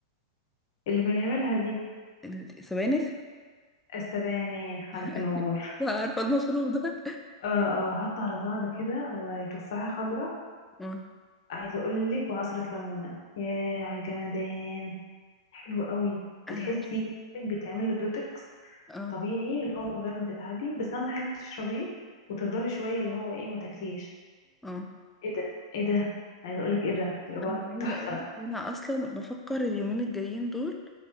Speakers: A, on the left; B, in the centre.
A: اللي بنعملها دي
B: ال- السبانخ
A: السبانخ حرك
B: <laughs>
A: نور
B: عارفة المشروب ده
A: اه اه وحط على بعض كده وتفاحة خضراء
B: اه
A: عايزة اقولك وعصرة ليمونة ياه عالجمدان حلو قوي بتحسي
B: انا عايزة
A: انك بتعملي دوتكس
B: اه
A: طبيعي اللي هو من غير ما تتعبي بس اهم حاجة تشربيه وتفضلي شوية اللي هو ايه ما تاكليش
B: اه
A: ايه ده ايه ده عايزة اقولك ايه ده اللي هو
B: انا عايزة
A: تحفة
B: اقول لك انا اصلا بفكر اليومين الجايين دول